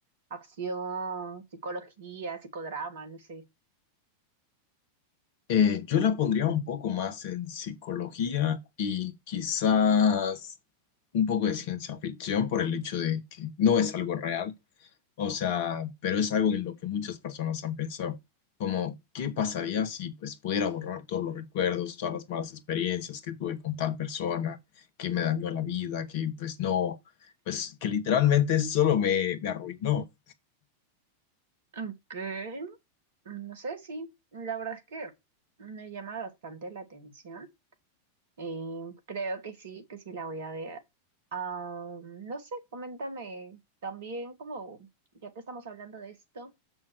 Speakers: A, on the right; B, on the left.
A: acción, psicología, psicodrama, no sé.
B: Eh, yo la pondría un poco más en psicología y quizás un poco de ciencia ficción por el hecho de que no es algo real, o sea, pero es algo en lo que muchas personas han pensado, como qué pasaría si pues pudiera borrar todos los recuerdos, todas las malas experiencias que tuve con tal persona, que me dañó la vida, que pues no, pues que literalmente solo me, me arruinó.
A: Ok. Mm, No sé, sí, la verdad es que me llama bastante la atención. Eh, creo que sí, que sí la voy a ver. Ah, no sé, coméntame también, como ya que estamos hablando de esto,